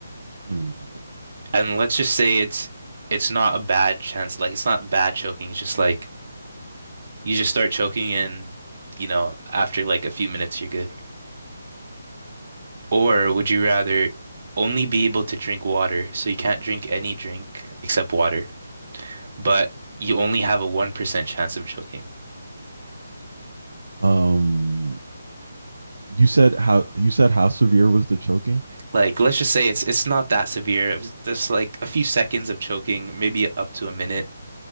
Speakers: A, on the right; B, on the right.
A: Mm.
B: and let's just say it's it's not a bad chance. Like it's not bad choking. It's just like you just start choking and you know, after like a few minutes you're good. Or would you rather only be able to drink water, so you can't drink any drink except water, but you only have a 1% chance of choking?
A: Um you said how you said how severe was the choking?
B: Like let's just say it's it's not that severe. It's just like a few seconds of choking, maybe up to a minute,